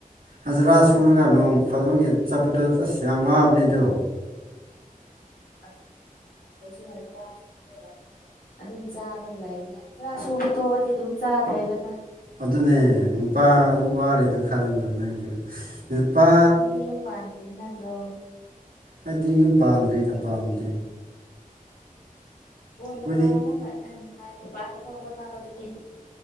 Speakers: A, on the right; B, on the left.
A: ꯍꯖꯥꯔꯥ ꯁꯨꯔꯒꯥ ꯅꯣꯡ ꯐꯥꯗꯣꯛꯒꯤ ꯆꯠꯄꯥꯗꯣ ꯑꯁ ꯌꯥꯝ ꯋꯥꯕꯥꯅꯦ ꯑꯗꯨ
B: ꯑꯗꯨ ꯄꯣꯏꯁꯨ ꯍꯖꯤꯔꯥ ꯁꯨꯔꯥꯒꯥ ꯑꯗꯨꯝ ꯆꯥꯔꯥꯒ ꯂꯩꯕꯥꯅꯦ ꯍꯖꯤꯔꯥ ꯁꯨꯕꯥ ꯇꯣꯛꯑꯥꯗꯤ ꯑꯗꯨꯝ ꯆꯥꯗ꯭ꯔꯦꯗꯥꯅ
A: ꯑꯗꯨꯅꯦ ꯅꯨꯄꯥꯗꯨ ꯋꯥꯔꯤꯗꯣ ꯈꯜꯂꯣ ꯅꯪꯁꯨ ꯅꯨꯄꯥ
B: ꯅꯪꯗꯤ ꯌꯨꯝ ꯄꯥꯟꯗ꯭ꯔꯤꯕ ꯅꯠꯇ꯭ꯔꯣ
A: ꯑꯩꯗꯤ ꯌꯨꯝ ꯄꯥꯟꯗ꯭ꯔꯤꯗꯥ ꯄꯥꯝꯗꯤ
B: ꯀꯣꯟꯅ
A: ꯑꯩꯈꯣꯏꯗꯤ
B: ꯄꯥꯜꯂꯥꯒ ꯅꯨꯡꯉꯥꯏꯅꯥ ꯄꯥꯅꯕ ꯍꯣꯠꯅꯔꯣ ꯑꯗꯨꯗꯤ